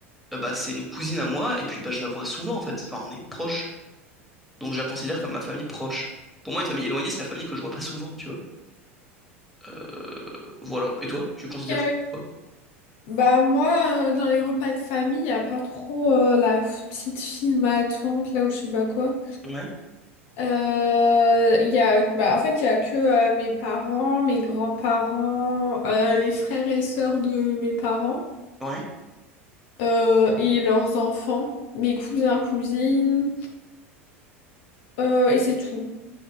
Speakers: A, in the centre; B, on the left.
A: euh, bah, c'est une cousine à moi, et puis bah, je la vois souvent, en fait. Enfin, on est proche, donc je la considère comme ma famille proche. Pour moi, une famille éloignée, c'est la famille que je vois pas souvent, tu vois. Euh, voilà. Et toi, tu considères
B: Ok,
A: quoi?
B: Bah moi, euh, dans les repas de famille, il n'y a pas trop euh, la f- petite fille, ma tante, là où je sais pas quoi.
A: Ouais,
B: Euh, Il y a, bah, en fait, il y a que euh, mes parents, mes grands-parents, euh, les frères et sœurs de mes parents
A: ouais.
B: euh, et leurs enfants, mes cousins, cousines, euh, et c'est tout.